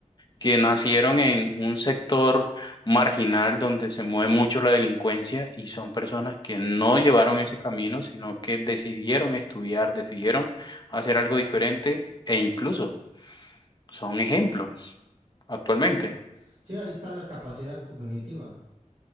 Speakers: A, on the left (about 35°); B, on the right (about 55°).
A: que nacieron en un sector marginal donde se mueve mucho la delincuencia y son personas que no llevaron ese camino, sino que decidieron estudiar, decidieron hacer algo diferente e incluso son ejemplos actualmente.
B: Entonces, sí, ahí está la capacidad cognitiva.